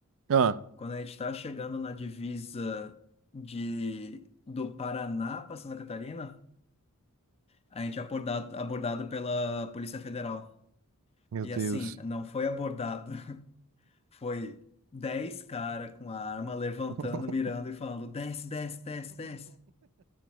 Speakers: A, on the right; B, on the left.
A: Ah,
B: Quando a gente está chegando na divisa de, do Paraná para Santa Catarina, a gente é abordado, abordado pela Polícia Federal.
A: meu
B: E
A: Deus.
B: assim, não foi abordado, <laughs> foi 10 cara com a arma levantando,
A: <laughs>
B: mirando e falando: desce, desce, desce, desce.